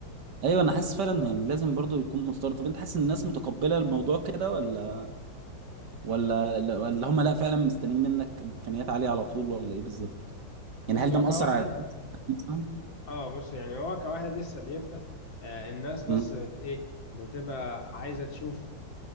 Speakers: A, on the right; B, on the left.
A: ايوه انا حاسس فعلا يعني لازم برضو يكون مستورد طب انت حاسس ان الناس متقبله الموضوع كده ولا ولا ولا هم لا فعلا مستنيين منك امكانيات عاليه على طول ولا ايه بالظبط
B: بص
A: يعني هل ده
B: هو
A: مأثر
B: كواحد
A: على <clears throat> مثلاً؟
B: اه بص يعني هو كواحد لسه بيبدأ آه الناس بس
A: مم.
B: بت ايه بتبقى عايزة تشوف